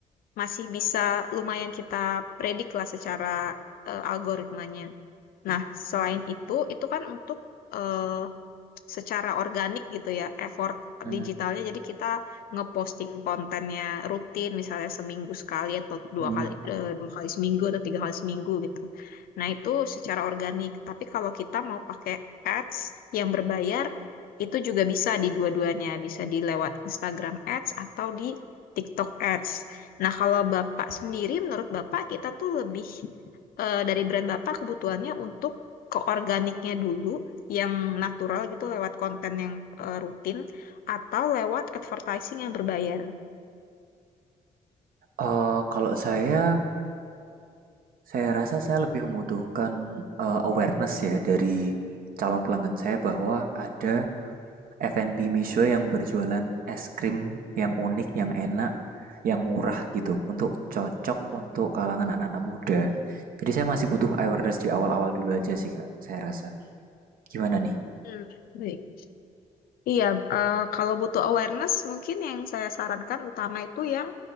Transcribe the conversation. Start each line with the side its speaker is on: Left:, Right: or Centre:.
Left: masih bisa lumayan kita predik lah secara eh, algoritmanya. Nah, selain itu, itu kan untuk eh, secara organik gitu ya effort
Right: Mm,
Left: digitalnya jadi kita ngeposting kontennya rutin misalnya seminggu sekali atau dua
Right: mm.
Left: kali eh, dua kali seminggu atau tiga kali seminggu gitu nah itu secara organik tapi kalau kita mau pakai ads yang berbayar itu juga bisa di dua-duanya bisa di lewat Instagram ads atau di TikTok ads nah kalau bapak sendiri menurut bapak kita tuh lebih eh, dari brand bapak kebutuhannya untuk ke organiknya dulu yang natural gitu lewat konten yang eh, rutin atau lewat advertising yang berbayar.
Right: Eh, kalau saya, saya rasa saya lebih membutuhkan eh, awareness ya dari calon pelanggan saya bahwa ada F&B Misho yang berjualan es krim yang unik, yang enak, yang murah gitu, untuk cocok untuk kalangan anak-anak muda. Jadi saya masih butuh awareness di awal-awal dulu aja sih kak, saya rasa. Gimana nih?
Left: Hmm, baik. Iya, eh, kalau butuh awareness mungkin yang saya sarankan utama itu yang